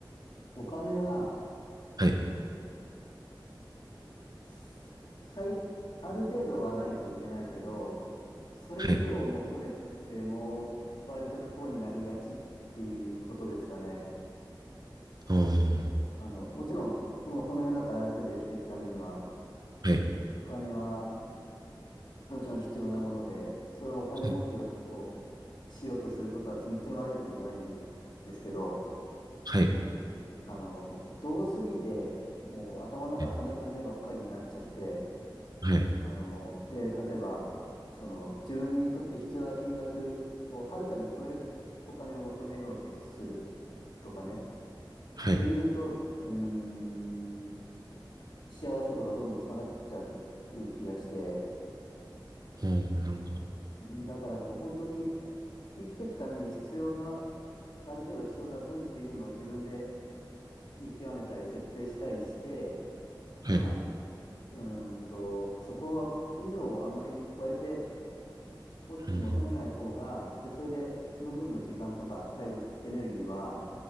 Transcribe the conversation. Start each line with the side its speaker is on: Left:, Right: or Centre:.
Left: お金は、
Right: はい。
Left: す最、ある程度はないといけないけど、それ以上を求めても、
Right: はい。
Left: 割と不幸になりがちっていうことですかね。
Right: あー
Left: あの、もちろん、今この世の中ある程度生きていくためには、
Right: はい。
Left: お金は、もちろん必要なもので、それをお金儲けを
Right: はい。
Left: しようとすることは全然悪いことじゃないんで、ですけど、
Right: はい。
Left: あの、どうすぎて、もう頭の中金金ばっかりになっちゃって、
Right: はい。はい。
Left: あの、で、例えば、その自分にとって必要な金額をはるかに超えるお金を求めようとするとかね、っ
Right: はい
Left: ていうと、うーん、幸せ度がどんどん下がっちゃう気がして、
Right: あーなるほど。
Left: だからこう本当に生きていくために必要なある程度必要な分っていうのを自分で見極めたり設定したりして、
Right: はい。
Left: まあ、うーんと、そこは以上をあまり超えて大きく求めない方が、
Right: うん。
Left: で、それでその分の時間とか体力、エネルギーは、